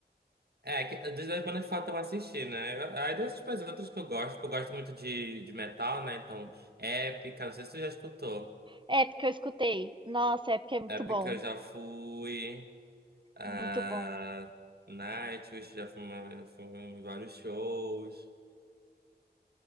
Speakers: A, on the right; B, on the right.
A: É, que, das das bandas que faltam assistir, né? Eu- Aí das tipo, as outras que eu gosto, tipo, eu gosto muito de, de metal, né? Então, Épica, não sei se tu já escutou.
B: É, porque eu escutei. Nossa, é porque é muito
A: Épica
B: bom.
A: eu já fui. ah,
B: Muito bom.
A: Nightwish, já fui, uma, eu fui em vários shows.